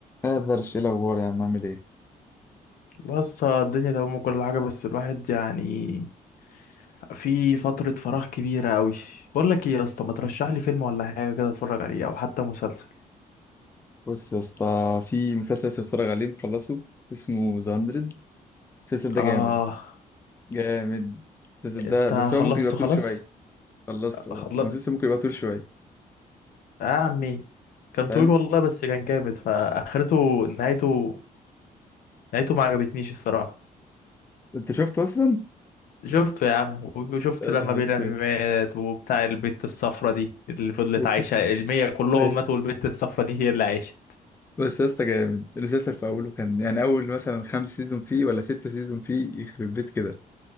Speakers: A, on the left; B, on the left.
A: ايه درش ايه الاخبار يا عم عامل ايه
B: بس الدنيا تمام وكل حاجة بس الواحد يعني في فترة فراغ كبيرة أوي بقول لك إيه يا اسطى ما ترشح لي فيلم ولا حاجة كده أتفرج عليه أو حتى مسلسل
A: بص يا اسطى في مسلسل لسه بتفرج عليه مخلصه اسمه ذا 100 المسلسل ده
B: آه
A: جامد جامد المسلسل
B: أنت
A: ده بس
B: خلصته
A: هو ممكن يبقى طول
B: خلاص
A: شويه خلصته
B: خلص
A: اه هو المسلسل ممكن يبقى طول شويه
B: يا عمي كان
A: فاهم
B: طويل والله بس كان جامد فآخرته نهايته نهايته ما عجبتنيش الصراحة
A: انت شفته اصلا
B: شفته يا عم وشفت
A: يا
B: لما
A: نهار
B: بيلامي
A: اسود
B: مات وبتاع البت الصفرة دي اللي فضلت
A: انت
B: عايشة
A: السفر
B: المية كلهم
A: اي
B: ماتوا والبت الصفرة دي هي اللي عاشت
A: بس يا اسطى جامد المسلسل في اوله كان يعني اول مثلا خمس سيزون فيه ولا ستة سيزون فيه يخرب بيت كده